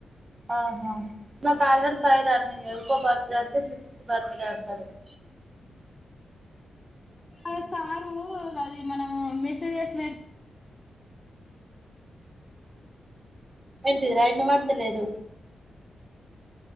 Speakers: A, on the right; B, on the left.
A: ఆహా మాకు ఆల్రెడ ఫైర్ అన్ని ఇకో బర్త్ డే అంతే సిక్స్త్ బర్త్ డే అంటది అ
B: అద సారు అది మనము మెసజస్
A: ఏంటిది ఆయన వాడతలేదు